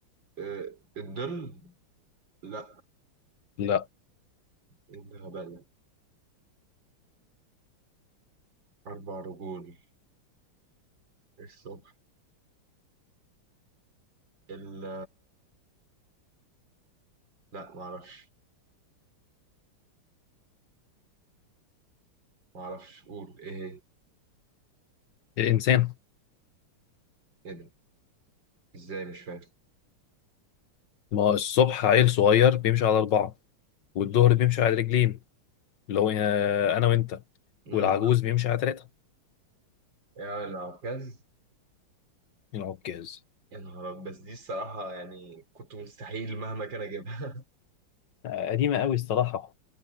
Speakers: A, on the right; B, on the left.
A: آه، الظل؟ لا
B: لا
A: إيه الغباء ده؟ أربع رجول الصبح ال لا معرفش معرفش قول ايه هي؟
B: الانسان
A: ايه ده؟ ازاي مش فاهم
B: ما هو الصبح عيل صغير بيمشي على اربعه والظهر بيمشي على رجلين اللي هو آه، انا وانت
A: امم
B: والعجوز بيمشي على ثلاثه
A: يا العكاز
B: العكاز
A: يا نهار أبيض. بس دي الصراحة يعني كنت مستحيل مهما كان أجيبها
B: آه، قديمه قوي الصراحه